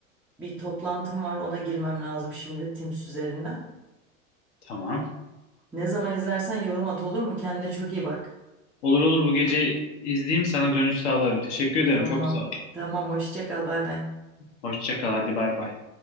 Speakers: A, in the centre; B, on the left (about 50°).
A: bir toplantım var. Ona girmem lazım şimdi Teams üzerinden.
B: Tamam.
A: Ne zaman izlersen yorum at olur mu? Kendine çok iyi bak.
B: Olur olur bu gece izleyeyim sana dönüş sağlarım. Teşekkür ederim.
A: Tamam.
B: Çok sağ ol.
A: Tamam. Hoşça kal. Bay bay.
B: Hoşça kal. Hadi bay bay.